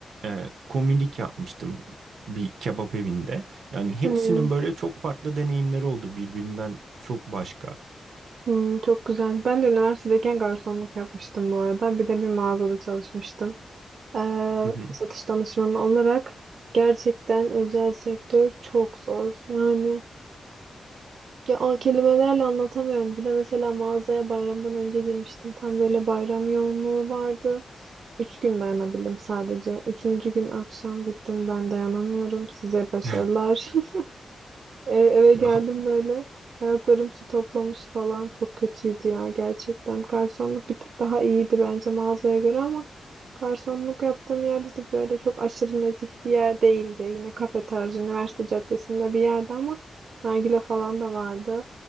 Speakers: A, on the right; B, on the right.
A: e, komilik yapmıştım bir kebap evinde. Yani hepsinin
B: Hmm,
A: böyle çok farklı deneyimleri oldu birbirinden çok başka.
B: hmm, çok güzel. Ben de üniversitedeyken garsonluk yapmıştım bu arada. Bir de bir mağazada çalışmıştım. Ee,
A: Hı hı.
B: satış danışmanı olarak gerçekten özel sektör çok zor. Yani Ya an kelimelerle anlatamıyorum. Bir de mesela mağazaya bayramdan önce girmiştim. Tam böyle bayram yoğunluğu vardı. Üç gün dayanabildim sadece. Üçüncü gün akşam gittim. Ben dayanamıyorum. Size başarılar.
A: <laughs>
B: <laughs> E, eve
A: Ya,
B: geldim böyle. Ayaklarım su toplamış falan. Çok kötüydü ya gerçekten. Garsonluk bir tık daha iyiydi bence mağazaya göre ama garsonluk yaptığım yerde de böyle çok aşırı nezih bir yer değildi. Yine kafe tarzı, üniversite caddesinde bir yerde ama nargile falan da vardı.